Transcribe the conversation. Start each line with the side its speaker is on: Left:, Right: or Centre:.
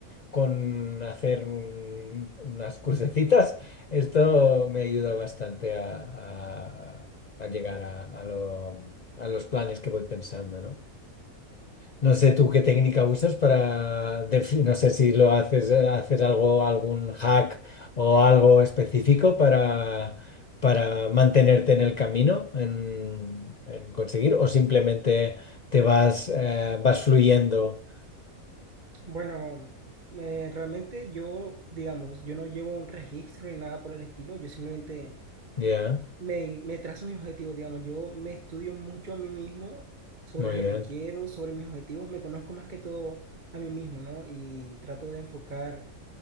Left: con hacer un- unas cursecitas, esto me ayuda bastante a, a- a llegar a, a lo- a los planes que voy pensando, ¿no? No sé tú qué técnica usas para, defi- no sé si lo haces, eh, haces algo, algún hack o algo específico para, para mantenerte en el camino, en, en conseguir, o simplemente te vas, eh, vas fluyendo.
Right: Bueno, eh, realmente yo, digamos, yo no llevo un registro ni nada por el estilo, yo simplemente
Left: Ya,
Right: me, me trazo mis objetivos, digamos, yo me estudio mucho a mí mismo sobre
Left: muy
Right: lo
Left: bien.
Right: que quiero, sobre mis objetivos, me conozco más que todo a mí mismo, ¿no? Y trato de enfocar